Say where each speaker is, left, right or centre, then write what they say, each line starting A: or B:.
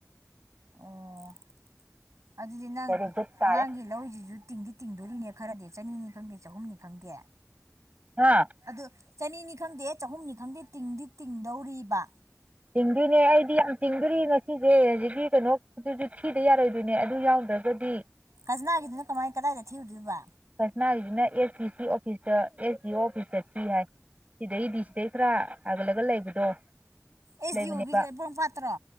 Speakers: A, on the right; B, on the right.
A: ꯑꯣ ꯑꯗꯨꯗꯤ ꯅꯪ
B: ꯕꯦꯔꯤ ꯒꯨꯗ ꯇꯥꯔꯦ
A: ꯑꯉꯥꯡꯒꯤ ꯂꯧꯁꯤꯁꯨ ꯇꯤꯡꯗꯤ ꯇꯤꯡꯗꯣꯔꯤꯅꯦ ꯈꯔꯗꯤ ꯆꯅꯤꯅꯤ ꯈꯪꯗꯦ ꯆꯍꯨꯝꯅꯤ ꯈꯪꯗꯦ
B: ꯍꯥ
A: ꯑꯗꯨ ꯆꯅꯤꯅꯤ ꯈꯪꯗꯦ ꯆꯍꯨꯝꯅꯤ ꯈꯪꯗꯦ ꯇꯤꯡꯗꯤ ꯇꯤꯡꯗꯧꯔꯤꯕ
B: ꯇꯤꯡꯗꯣꯏꯅꯦ ꯑꯩꯗꯤ ꯌꯥꯝ ꯇꯤꯡꯗꯣꯔꯤ ꯉꯁꯤꯁꯦ ꯍꯧꯖꯤꯛꯀꯤ ꯀꯩꯅꯣ ꯑꯗꯨꯁꯨ ꯊꯤꯗ ꯌꯥꯔꯣꯏꯗꯣꯏꯅꯦ ꯑꯗꯨ ꯌꯥꯎꯗ꯭ꯔꯒꯗꯤ
A: ꯀꯖꯅꯥꯒꯤꯗꯨꯅ ꯀꯃꯥꯏ ꯀꯗꯥꯏꯗ ꯊꯤꯔꯨꯗꯣꯏꯕ
B: ꯐꯁꯅꯥꯒꯤꯁꯤꯅ ꯑꯦꯁ ꯗꯤ ꯁꯤ ꯑꯣꯐꯤꯁꯇ ꯑꯦꯁ ꯗꯤ ꯑꯣ ꯑꯣꯐꯤꯁꯇ ꯊꯤ ꯍꯥꯏ ꯁꯤꯗꯩꯗꯤ ꯁꯤꯗꯩ ꯈꯔ ꯍꯥꯒꯠꯂꯒ ꯂꯩꯕꯗꯣ
A: ꯑꯦꯁ
B: ꯂꯩꯕꯅꯦꯕ
A: ꯗꯤ ꯑꯣꯒꯤꯁꯦ ꯕ꯭ꯔꯣꯡ ꯄꯥꯠꯇ꯭ꯔꯣ